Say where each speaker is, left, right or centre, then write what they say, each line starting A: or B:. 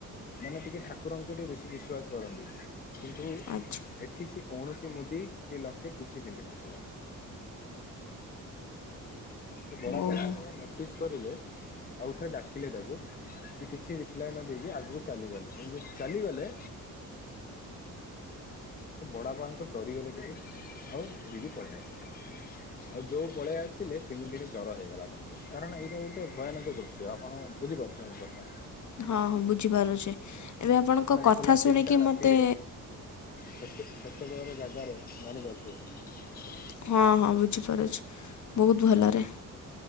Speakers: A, on the left; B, on the left.
A: ମାନେ ଟିକେ ଠାକୁରଙ୍କୁ ଟିକେ ବେଶୀ ବିଶ୍ୱାସ କରନ୍ତି କିନ୍ତୁ
B: ଆଚ୍ଛା
A: ଏଠି ସେ। କୌଣସି ମୁଦି କି ଲକେଟ କିଛି ପିନ୍ଧ ନଥିଲା। ତ ବଡ଼ବାପା
B: ଓହୋ
A: ଯେତେ ବେଳେ ନୋଟିସ୍ କରିଲେ ଆଉଥରେ ଡାକିଲେ ତାକୁ। ସେ କିଛି ରିପ୍ଲାଏ ନ ଦେଇକି ଆଗକୁ ଚାଲିଗଲେ ଯେମିତି ଚାଲିଗଲେ।
B: <inaudible>
A: ତ ବଡବାପାଙ୍କ ଡରିଗଲେ ଟିକେ ଆଉ ଡରିକି ପଳେଇ ଆସିଲେ। ଆଉ ଯୋଉ ପଳେଇ ଆସିଲେ ତିନି ଦିନ ଜର ହେଇଗଲା ତାଙ୍କୁ କାରଣ ଏଇଟା ଗୋଟେ ଭୟାନକ ଦୃଶ୍ୟ ଆପଣ। ବୁଝିପାରୁଛ ମୋ କଥା।
B: ହଁ ହଁ ବୁଝିପାରୁଛି ଏବେ ଆପଣଙ୍କ
A: ଆପଣ ଏକଲା
B: କଥା ଶୁଣିକି
A: ତିନିଟା ରାତିରେ
B: ମତେ।
A: ସେତେ ସେତେ ବେଳ ର ଜାଗାରେ ଜାଣି ପରୁ ଥିବେ।
B: ହଁ ହଁ ବୁଝିପାରୁଛି ବହୁତ ଭଲରେ।